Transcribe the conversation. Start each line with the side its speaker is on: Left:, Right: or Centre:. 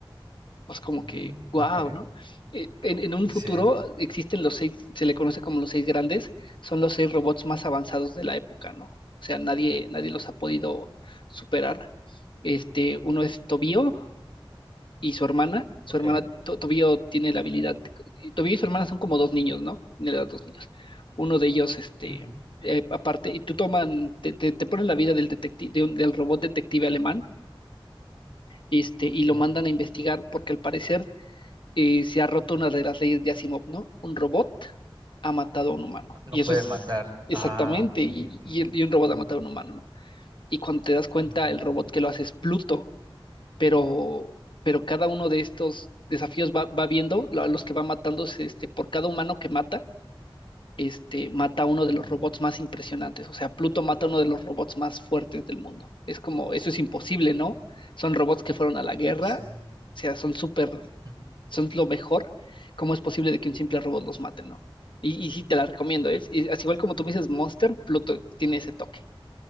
Left: pues como
Right: Mm,
Left: que, wow,
Right: ok.
Left: ¿no? Eh, En, en un
Right: Sí,
Left: futuro existen los seis, se le conoce como los seis grandes, son los seis robots más avanzados de la época, ¿no? O sea, nadie, nadie los ha podido superar. Este, uno es Tobío y su hermana. Su
Right: ok.
Left: hermana, To- Tobío tiene la habilidad, de- Tobío y su hermana son como dos niños, ¿no? Tiene los dos niños. Uno de ellos, este,
Right: Ujú,
Left: eh, aparte, y tú toman, te, te, te ponen la vida del detective, del robot detective alemán, este, y
Right: Sí.
Left: lo mandan a investigar porque al parecer eh, se ha roto una de las leyes de Asimov, ¿no? Un robot ha matado a un humano.
Right: No
Left: Y
Right: puede
Left: eso es
Right: matar.
Left: exactamente,
Right: Ah, ok,
Left: y,
Right: ok.
Left: y- y un robot
Right: Ujú.
Left: ha matado a un humano, ¿no? Y cuando te das cuenta,
Right: Mm,
Left: el robot que lo hace es Pluto, pero, pero cada uno de estos desafíos va, va viendo lo- a los que va matándose, este, por cada humano que mata, este, mata a uno
Right: ujú,
Left: de los robots más impresionantes. O sea, Pluto mata a uno de los robots más fuertes del mundo. Es como, eso es imposible, ¿no? Son robots que fueron a la guerra,
Right: Sí.
Left: o sea, son súper,
Right: <laughs>
Left: son lo mejor. ¿Cómo es posible de que un simple robot los mate, no? Y, y sí, te la recomiendo. Es, y así igual como tú me dices Monster, Pluto tiene ese toque.